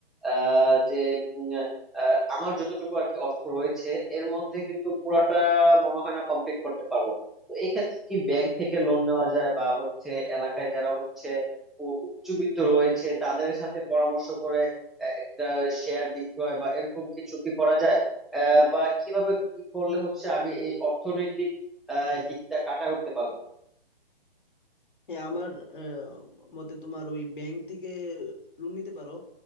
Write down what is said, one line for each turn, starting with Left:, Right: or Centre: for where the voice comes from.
Centre: আহ যে উম, আহ, আমার যতটুকু আর কি অর্থ রয়েছে এর মধ্যে কিন্তু পুরাটা মনে হয় না কমপ্লিট করতে পারবো তো এক্ষেত্রে কি ব্যাংক থেকে লোন নেওয়া যায় বা হচ্ছে এলাকায় যারা হচ্ছে উ- উচ্চবিত্ত রয়েছে তাদের সাথে পরামর্শ করে আহ, একটা শেয়ার বিক্রয় বা এরকম কিছু কি করা যায় আহ, বা কিভাবে কি করলে হচ্ছে আমি এই অর্থনৈতিক আহ, দিকটা কাটায় উঠতে পারবো
Left: হ্যাঁ আমার আহ, মতে তোমার ওই ব্যাংক থেকে লোন নিতে পারো